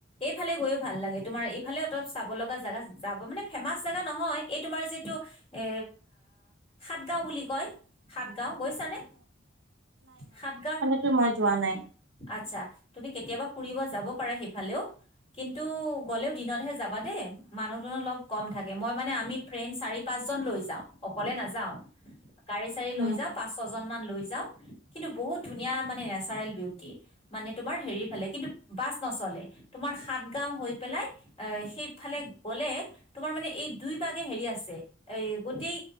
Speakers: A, on the left (about 30°); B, on the right (about 75°).
A: এইফালে গৈও ভাল লাগে। তোমাৰ এইফালে অলপ চাব লগা জেগা যাব মানে ফেমাচ চেভেন নহয়। এই তোমাৰ যিটো এ সাতগাও বুলি কয়। গাও গৈছ নে, সাতগাঁও
B: টো মই যোৱা নাই।
A: আছা তুমি কেতিয়াবা ফুৰিব যাব পাৰা সেইফালেও। কিন্তু গ'লেও দিনতহে যাবা দেই। মানুহটো অলপ কম থাকে মই মানে আমি ফ্ৰেণ্ড চাৰি পাঁচ পাঁচ জন লৈ যাওঁ অকলে নাযাও গাড়ী চাড় লৈ
B: উম
A: যাওঁ পচ ছয়জন মান লৈ যাওঁ। কিন্তু বহুত ধুনীয়া মানে নেচাৰেল বিউটি। মানে তোমাৰ হেৰিফালে। কিন্তু বাচ নচলে। তোমাৰ হাত গাওঁ হৈ পেলাই আহ সেইফালে গলে তোমাৰ মানে এই দুই বাগে হেৰি আছে এ গোটেই